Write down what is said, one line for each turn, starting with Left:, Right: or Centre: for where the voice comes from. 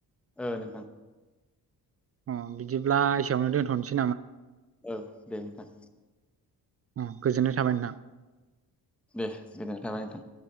Centre: ओ नोंथां।
Right: अ बिदिब्ला एसेयावनो दोनथ'।
Centre: ओ दे नोंथां।
Right: अम।
Centre: दे गोजोन थाबाय नोंथां।